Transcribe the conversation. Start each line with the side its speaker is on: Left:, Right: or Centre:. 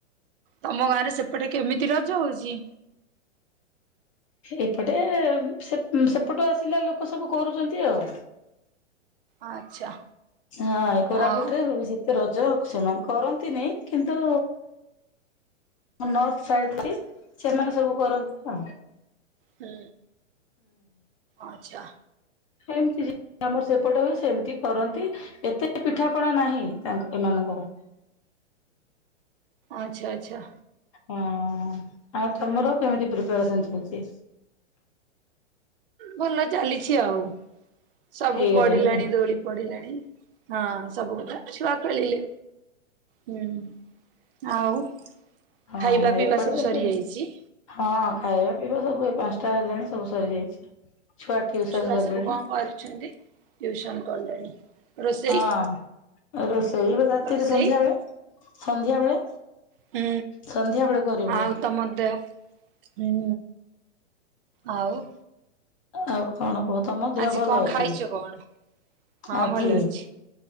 Right: ତମ ଗାଁ ରେ ସେପଟେ କେମିତି ରଜ ହଉଛି?
Left: ଏପଟେ ସେ ସେପଟୁ ଆସିଲା ଲୋକ ସବୁ କରୁଛନ୍ତି ଆଉ।
Right: ଆଚ୍ଛା।
Left: ହଁ ଏ କୋରାପୁଟରେ
Right: ଆଉ
Left: ହୁଏ ସେତେ ରଜ ସେମାନେ କରନ୍ତିନିଁ। କିନ୍ତୁ ନର୍ଥ ସାଇଡି ବି ସେମାନେ ସବୁ କରନ୍ତି ଆ।
Right: ହୁଁ ଆଛା।
Left: ହେମିତି ଯେମିତି ଆମର ସେପଟେ ହୁଏ ସେମତି କରନ୍ତି। ଏତେ ପିଠାପଣା ନାହିଁ ତାଙ୍କ ଏମାନଙ୍କର
Right: ଆଚ୍ଛା ଆଚ୍ଛା।
Left: ଓ ଆଉ ତମର କେମିତି ପ୍ରିପାରେସନ ଚାଲିଛି?
Right: ଭଲ ଚାଲିଛି ଆଉ ସବୁ
Left: ହେଇଗଲାଣି
Right: ପଡିଲାଣି
Left: ନାଇଁ
Right: ଦୋଳି ପଡିଲାଣି। ହଁ ସବୁ କଥା ଛୁଆ ଖେଳିଲେ ହୁଁ ଆଉ
Left: ହଁ
Right: ଖାଇବା ପିଇବା
Left: ଏପଟେ
Right: ସବୁ
Left: ଏମିତି
Right: ସରିଯାଇଛି?
Left: ହଁ ଖାଇବା ପିଇବା ସବୁ ଏ ପାଞ୍ଚଟା ହେଲାଣି ସବୁ ସରିଯାଇଛି। ଛୁଆ ଟିଉସନ
Right: ଛୁଆ
Left: ଗଲେଣି
Right: ସବୁ କଣ କରୁଛନ୍ତି? ଟିଉସନ କଲେଣି ରୋଷେଇ?
Left: ହଁ ରୋଷେଇ ରାତିରେ
Right: ରୋଷେଇ
Left: ସନ୍ଧ୍ୟା ବେଳେ ସନ୍ଧ୍ୟା ବେଳେ
Right: ହୁଁ
Left: ସନ୍ଧ୍ୟା ବେଳେ କରିବୁ।
Right: ଆଉ ତମ ଦେହ ହୁଁ ଆଉ
Left: ଆଉ କଣ କୁହ ତମ ଦେହ
Right: ଆଜି
Left: ଭଲ
Right: କଣ
Left: ଅଛି
Right: ଖାଇଛ କଣ? ହଁ
Left: ଆଜି?
Right: ଭଲ ଅଛି।